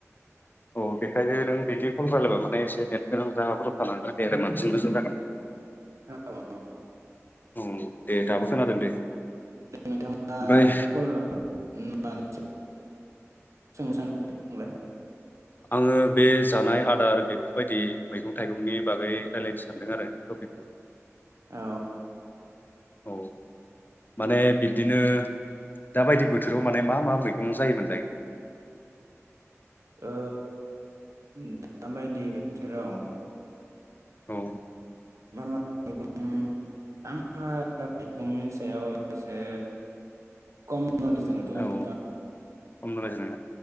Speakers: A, on the left; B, on the right.
A: औ बेखायनो नों बिदिखौल' रालायबा माने एसे नेट गोनां जागाफोराव थानांगोन अब्ला बांसिन मोजां जागोन।
B: जायो औ
A: औ दे दाबो खोनादों दे।
B: नोंथाङा
A: ओमफ्राय
B: क'ल हर होन <unintelligible>
A: आङो बे जानाय आदार बेफोरबायदि मैगं थाइगंनि बागै रायलायनो सानदों आरो टपिकखौ।
B: औ।
A: औ माने बिब्दिनो दा बायदि बोथोराव माने मा मा मैगं जायोमोनलाय?
B: ओ दाबायदि बोथोराव
A: औ
B: मा मा मैगं आं थैगंनि सायाव एसे खम नलेजजोंथ
A: औ खम नलेज